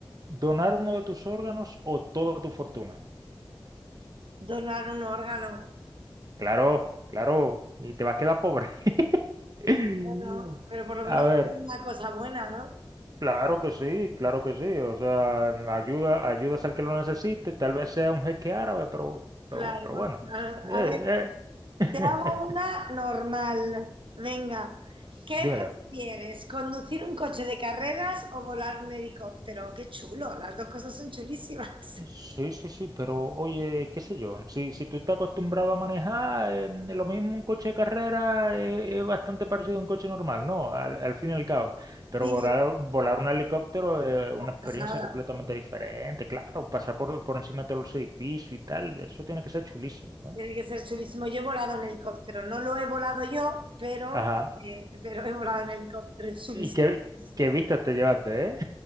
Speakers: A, on the right (about 45°); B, on the right (about 65°).
A: ¿Donar uno de tus órganos o toda tu fortuna?
B: donar un órgano,
A: Claro, claro, y te vas a quedar pobre. <laughs>
B: bueno, pero por lo
A: A
B: menos
A: ver,
B: es una cosa buena, ¿no?
A: claro que sí, claro que sí. O sea, ayuda, ayudas al que lo necesite, tal vez sea un jeque árabe, pero,
B: Claro,
A: pero, pero bueno.
B: claro.
A: Eh,
B: A ver,
A: eh. <laughs>
B: te hago una normal. Venga, ¿qué
A: Dímelo.
B: prefieres? ¿Conducir un coche de carreras o volar un helicóptero? Qué chulo, las dos cosas son chulísimas.
A: Sí, sí, sí, pero oye, qué sé yo, si, si tú estás acostumbrado a manejar, eh, lo mismo un coche de carrera eh, es bastante parecido a un coche normal, ¿no? Al, al fin y al cabo. Pero
B: Sí,
A: volar, volar un helicóptero es una experiencia
B: pasada.
A: completamente diferente, claro, pasar por, por encima de todos los edificios y tal, eso tiene que ser chulísimo, ¿eh?
B: Tiene que ser chulísimo. Yo he volado en helicóptero. No lo he volado yo, pero,
A: Ajá.
B: eh, pero he volado en helicóptero. Es chulísimo.
A: ¿Y qué,
B: Sí, sí.
A: qué vistas te llevaste, eh?